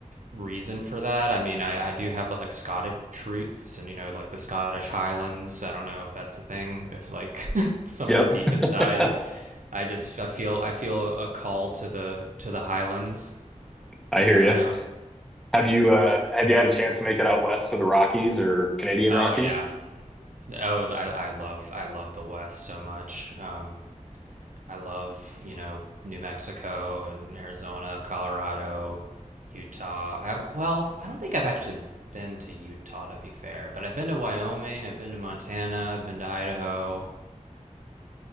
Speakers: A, on the right; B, in the centre.
A: reason for that. I mean, I, I do have like Scottish roots and you know like the Scottish Highlands. I don't know if that's a thing. If like <laughs> somewhere
B: Yep.
A: deep inside,
B: <laughs>
A: I just I feel I feel a call to the to the Highlands.
B: I hear
A: I don't
B: you.
A: know.
B: Have you uh have you had a chance to make it out west to the Rockies or Canadian
A: Oh
B: Rockies?
A: yeah. Oh, I, I love I love the West so much. Um, I love, you know, New Mexico and Arizona, Colorado, Utah. I, well, I don't think I've actually been to Utah to be fair, but I've been to Wyoming, I've been to Montana, I've been to Idaho.